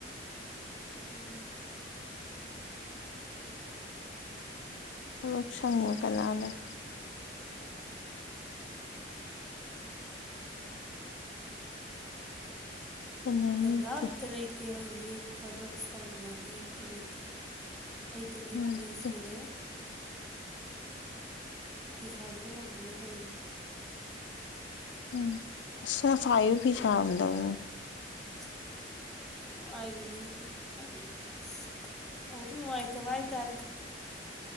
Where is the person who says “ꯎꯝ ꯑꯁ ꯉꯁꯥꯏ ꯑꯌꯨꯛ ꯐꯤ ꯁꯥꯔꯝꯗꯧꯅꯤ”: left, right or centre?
Left